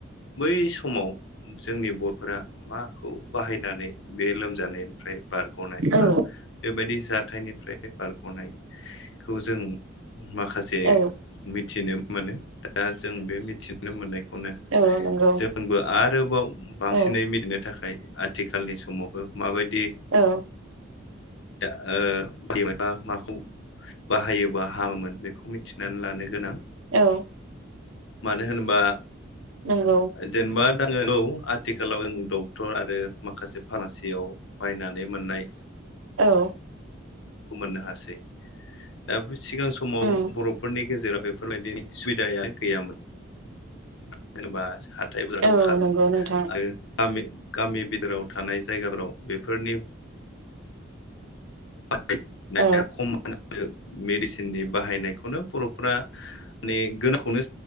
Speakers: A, on the left; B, on the right.
A: बै समाव जोंनि बर'फोरा माखौ बाहायनानै बे लोमजानायनिफ्राय बारग'नाय बा
B: औ
A: बेबायदि जाथायनिफ्राय बारग'नायखौ जों माखासे
B: औ
A: मिथिनो मोनो, दा जों बे मिथिनो मोननाय खौनो
B: औ नंगौ
A: जोंबो आरोबाव बांसिनै
B: औ
A: मिथिनो थाखाय आथिखालनि समावबो माबायदि
B: औ
A: दा ओ बेबा माखौ बाहायोबा हामोमोन बेखौ मिथिनानै लानो गोनां
B: औ
A: मानो होनबा
B: नंगौ
A: जेनेबा आङो औ आथिखालाव औ डक्टर आरो माखासे फार्मासियाव बायनानै मोननाय
B: औ
A: मोननो हासै। दा सिगां समाव
B: उम
A: बर'फोरनि गेजेराव बेफोरबायदिनि सुबिदाया गैयामोन, मानो होनबा जोंहा <unintelligible> आंखाल
B: औ नंगौ नोंथां
A: आरो गामि गामि बिथोराव थानाय जायगाफोराव बेफोरनि <unintelligible> आरो
B: औ
A: मेडिसिननि बाहायनायखौनो बर'फोरा माने गोनखौनो